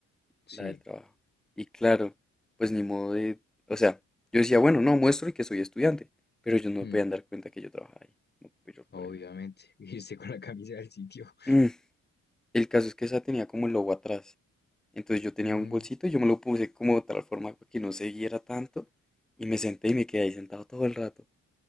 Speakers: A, on the left; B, in the centre.
A: Sí.
B: la del trabajo. Y claro, pues ni modo de, o sea, yo decía, bueno, no, muestro y que soy estudiante, pero ellos no
A: Mm,
B: me podían dar cuenta que yo trabajaba ahí. No fui yo por
A: obviamente.
B: él.
A: <laughs> Irse con la camisa del sitio.
B: Mm, El caso es que esa tenía como el logo atrás. Entonces yo tenía
A: Mm,
B: un bolsito y yo me lo puse como de tal forma que no se viera tanto y me senté y me quedé ahí sentado todo el rato.